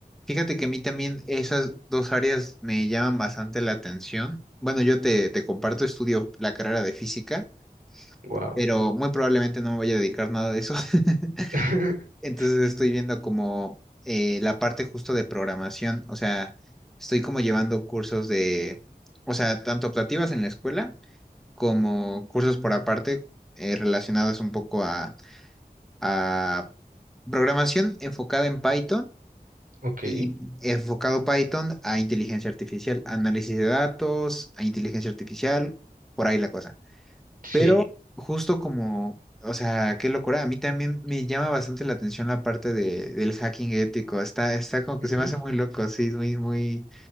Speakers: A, in the centre; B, on the right.
A: fíjate que a mí también esas dos áreas me llaman bastante la atención. Bueno, yo te, te comparto, estudio la carrera de física,
B: Wow.
A: pero muy probablemente no me vaya a dedicar nada de eso. <laughs>
B: <laughs>
A: Entonces estoy viendo como eh, la parte justo de programación, o sea, estoy como llevando cursos de, o sea, tanto optativas en la escuela como cursos por aparte eh, relacionados un poco a, a programación enfocada en Python
B: Ok,
A: y enfocado Python a inteligencia artificial, análisis de datos, a inteligencia artificial, por ahí la cosa.
B: sí.
A: Pero justo como, o sea, qué locura, a mí también me llama bastante la atención la parte de, del hacking ético, está, está como
B: Ujú.
A: que se me hace muy loco, sí, es muy, muy,